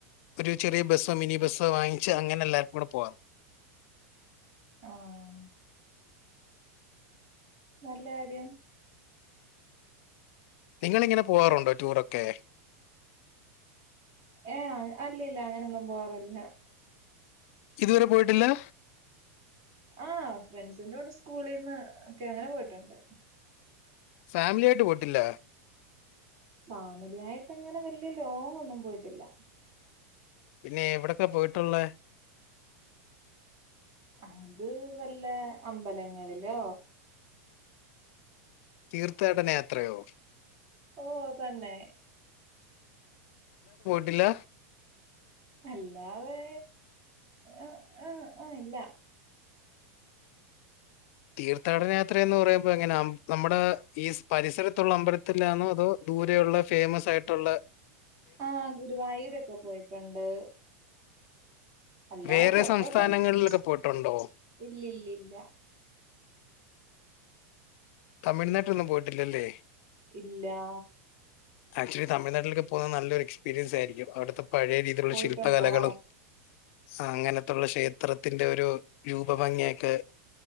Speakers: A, on the left (about 60°); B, on the right (about 50°).
A: ഒരു ചെറിയ ബസ്സോ മിനി ബസ്സോ വാങ്ങിച്ച് അങ്ങനെ എല്ലാർക്കും കൂടെ പോവാന്ന് <inaudible>
B: ആഹ് നല്ല ആര്യം
A: നിങ്ങളിങ്ങനെ പോവാറുണ്ടോ ടൂറൊക്കെ
B: ഏയ് അല്ല ഇല്ല അങ്ങനൊന്നും പോവാറില്ല
A: ഇതുവരെ പോയിട്ടില്ലാ?
B: ആ ഫ്രണ്ട്സിന്റെ കൂടെ സ്കൂളീന്ന് ഒക്കെ അങ്ങനെ പോയിട്ടുണ്ട്
A: ഫാമിലിയായിട്ട് പോയിട്ടില്ല?
B: ഫാമിലിയായിട്ടങ്ങനെ വല്യ ലോങ് ഒന്നും പോയിട്ടില്ല
A: പിന്നെയ് എവിടൊക്കെ പോയിട്ടുള്ളെ?
B: അത് വല്ല അമ്പലങ്ങളിലോ
A: തീർത്ഥാടന യാത്രയോ
B: ഓ തന്നെ
A: ടില്ല
B: അല്ലാതെ അ അ ആ ഇല്ല
A: തീർത്ഥാടന യാത്ര എന്ന് പറയുമ്പോ എങ്ങനെ ഉം നമ്മുടെ ഈസ് പരിസരത്തുള്ള അമ്പലത്തിലാന്നോ അതോ ദൂരെയുള്ള ഫേമസായിട്ടുള്ള
B: ആ ഗുരുവായൂരൊക്കെ പോയിട്ടിണ്ട് അല്ലാതെ
A: വേറെ
B: പുറത്തോട്ടൊ
A: സംസ്ഥാനങ്ങളിലൊക്കെ
B: മ്ച്
A: പോയിട്ടുണ്ടോ
B: ഇല്ലില്ലില്ല
A: തമിഴ്നാട്ടിലൊന്നും പോയിട്ടില്ലല്ലേ
B: ഇല്ലാ
A: ആക്ച്വലി തമിഴ്നാട്ടിലൊക്കെ പോകുന്നത് നല്ലൊരു എക്സ്പീരിയൻസ് ആയിരിക്കും അവിടുത്തെ പഴയ രീതിയിലുള്ള
B: പോയിട്ടുണ്ടോ?
A: ശില്പകലകളും. ആ അങ്ങനത്തുള്ള ക്ഷേത്രത്തിന്റെ ഒരു രൂപ ഭംഗിയൊക്കെ